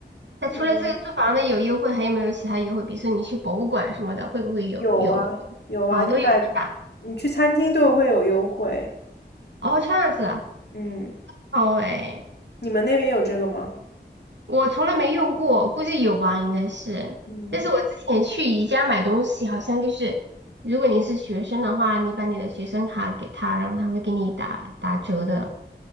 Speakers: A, on the right (about 80°); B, on the left (about 65°).
A: 那除了这个租房的有优惠，
B: 嗯，
A: 还有没有其他优惠？比如说你去博物馆什么的，会不会有有？
B: 有啊有啊，
A: 哦，
B: 你买
A: 都有是吧？
B: 你去餐厅都会有优惠，
A: 哦，这样子啊，
B: 嗯。
A: 好诶。
B: 你们那边有这个吗？
A: 我从来没用过，估计有吧，应该是。
B: 嗯，
A: 但是我之前去宜家买东西，好像就是，如果你是学生的话，你把你的学生卡给他，然后他会给你打打折的。